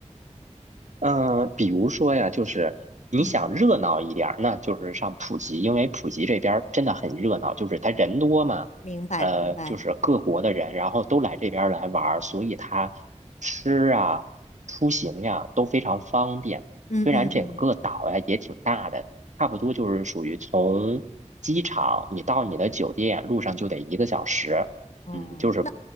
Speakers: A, on the right; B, on the left.
A: 嗯，呃比如说呀，就是你想热闹一点儿，
B: 嗯，
A: 那就是上普吉，因为普吉这边儿真的很热闹，就是它人多嘛，
B: 明白明白。
A: 呃，就是各国的人，然后都来这边儿来玩儿，所以它吃啊、出行呀都非常方便。
B: 嗯嗯嗯，
A: 虽然整个岛呀也挺大的，差不多就是属于从机场你到你的酒店路上就得一个小时，
B: 哦。
A: 嗯，就是
B: 那。